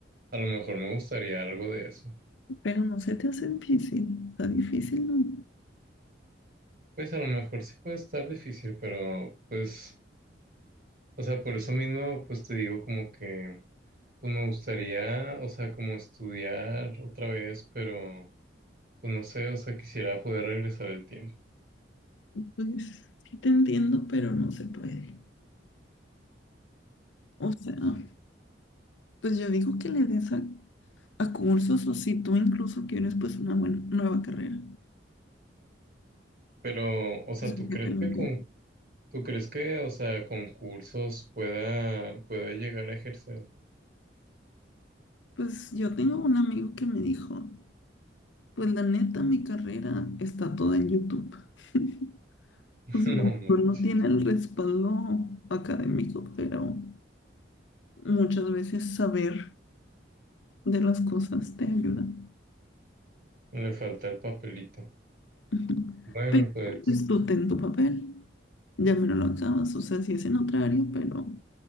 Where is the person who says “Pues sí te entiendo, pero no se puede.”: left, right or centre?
Left